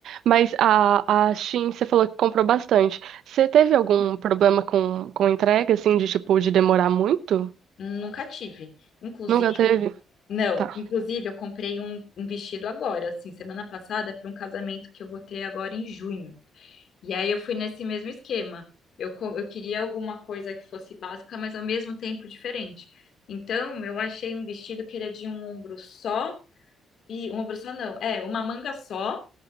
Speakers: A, on the right; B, on the left.
A: Mas a, a Shein, você falou que comprou bastante. Você teve algum problema com, com entrega, assim, de tipo, de demorar muito?
B: Nunca tive. Inclusive,
A: Nunca teve?
B: não,
A: Tá.
B: inclusive eu comprei um, um vestido agora, assim, semana passada, para um casamento que eu vou ter agora em junho. E aí eu fui nesse mesmo esquema. Eu, co- eu queria alguma coisa que fosse básica, mas ao mesmo tempo diferente. Então, eu achei um vestido que era de um ombro só. E uma pessoa não, é uma manga só,